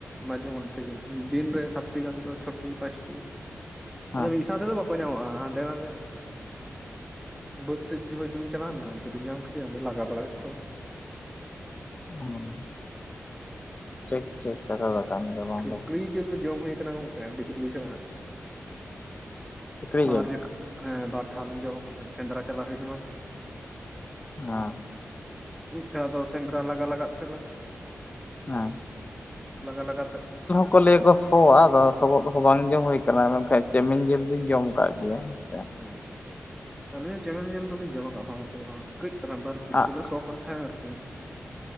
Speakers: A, in the centre; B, on the left.
A: ᱢᱟᱡᱷᱮ ᱢᱚᱫᱷᱮ ᱜᱮ ᱫᱤᱱᱨᱮ ᱥᱟᱛᱴᱤ ᱜᱟᱱ ᱫᱚ ᱪᱷᱚᱴᱤ ᱯᱟᱸᱪᱴᱤ ᱾
B: ᱦᱮᱸ
A: ᱟᱫᱚ ᱢᱤᱫ ᱥᱟᱶ ᱛᱮᱫᱚ ᱵᱟᱠᱚ ᱧᱟᱢᱚᱜᱼᱟ ᱦᱟᱸᱰᱮ ᱱᱟᱰᱮ᱾ ᱵᱟᱹᱫᱽ ᱥᱮᱫ ᱦᱚᱭᱛᱵᱤᱱ ᱪᱟᱞᱟᱣᱱᱟ ᱚᱱᱛᱮᱵᱤᱱ ᱧᱟᱢ ᱠᱮᱫᱮᱭᱟ ᱟᱫᱚ ᱞᱟᱜᱟ ᱵᱟᱲᱟ ᱠᱮ ᱠᱚᱣᱟ ᱵᱮᱱ᱾
B: ᱦᱚᱸ᱾ ᱴᱷᱤᱠ ᱴᱷᱤᱠ ᱠᱟᱛᱷᱟ ᱫᱚ ᱠᱟᱱ ᱜᱮᱭᱟ ᱵᱟᱱᱫᱚ
A: ᱠᱷᱤᱠᱲᱤ
B: ᱾
A: ᱡᱤᱞ ᱫᱚ ᱡᱚᱢ ᱦᱩᱭ ᱠᱟᱱᱟ ᱜᱚᱝᱠᱮ ᱟᱵᱤ ᱡᱩᱛ ᱵᱩᱡᱷᱟᱹᱜ-ᱟ ᱦᱟᱸ
B: ᱥᱩᱠᱨᱤ
A: ᱵᱟᱨᱭᱟᱠᱟ
B: ᱡᱤᱞ
A: ᱾ ᱦᱮᱸ ᱵᱟᱨ ᱫᱷᱟᱣ ᱞᱤᱧ ᱡᱚᱢ ᱠᱟᱜᱼᱟ ᱥᱮᱸᱫᱽᱨᱟ ᱪᱟᱞᱟ ᱦᱩᱭ ᱞᱮᱱᱟ ᱛᱚ᱾
B: ᱦᱟᱸ᱾
A: ᱢᱤᱫ ᱫᱷᱟᱣ ᱫᱚ ᱥᱮᱸᱫᱽᱨᱟ ᱞᱟᱜᱟ ᱞᱟᱜᱟ ᱛᱮ
B: ᱦᱮᱸ
A: ᱞᱟᱜᱟ ᱞᱟᱜᱟ ᱛᱮ ᱾
B: ᱠᱚ ᱞᱟᱹᱭᱟᱠᱚ ᱥᱚᱜᱼᱟ ᱟᱫᱚ ᱥᱚᱜᱚᱫ ᱦᱚᱸ ᱵᱟᱝ ᱡᱚᱢ ᱦᱩᱭ ᱠᱟᱱᱟ ᱢᱮᱱᱠᱷᱟᱱ ᱪᱮᱢᱮᱧ ᱡᱤᱞ ᱫᱩᱧ ᱡᱚᱢ ᱟᱠᱟᱫ ᱜᱮᱭᱟ ᱦᱮᱸ ᱥᱮ ᱾
A: ᱟᱪᱪᱷᱟ ᱟᱞᱤᱧᱦᱚᱸ ᱪᱮᱢᱮᱞ ᱡᱮᱞ ᱫᱚᱞᱤᱧ ᱡᱚᱢ ᱠᱟᱜᱼᱟ ᱵᱟᱝ ᱢᱮᱱᱛᱮ ᱫᱚ ᱵᱟᱝ, ᱠᱟᱹᱡ ᱾ ᱵᱟᱨ ᱯᱤᱥᱴᱟᱹ
B: ᱟᱜ
A: ᱢᱟ ᱥᱚ ᱠᱟᱱ ᱛᱟᱦᱮᱼᱟ ᱟᱨᱠᱤ ᱾